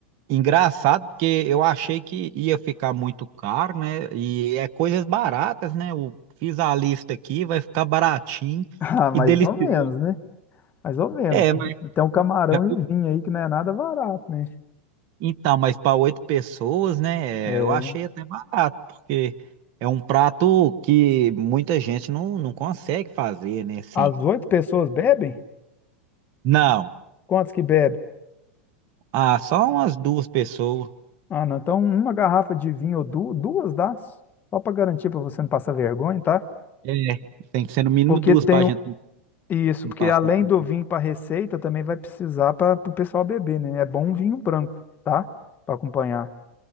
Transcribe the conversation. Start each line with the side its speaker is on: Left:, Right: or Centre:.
Right: engraçado, porque eu achei que ia ficar muito caro, né? E é coisas baratas, né? Eu fiz a lista aqui, vai ficar baratinho
Left: Ah, mais
Right: e delicioso.
Left: ou menos, né? Mais ou menos.
Right: É, mas,
Left: Tem um camarão
Right: mas-
Left: e o vinho aí que não é nada barato, né?
Right: então, mas para oito pessoas, né?
Left: É,
Right: é, eu achei até barato, porque é um prato que muita gente não, não consegue fazer, né? Assim,
Left: as oito pessoas bebem?
Right: não,
Left: Quantos que bebem?
Right: ah, só umas duas pessoas.
Left: Ah, não. Então, uma garrafa de vinho ou du- duas dá? Só para garantir para você não passar vergonha, tá?
Right: É, tem que ser no mínimo
Left: Porque
Right: duas
Left: tem
Right: para
Left: o-
Right: gente.
Left: isso,
Right: Não
Left: porque
Right: passa.
Left: além
Right: vergonha.
Left: do vinho para receita, também vai precisar para o pessoal beber, né? É bom um vinho branco, tá? Para acompanhar.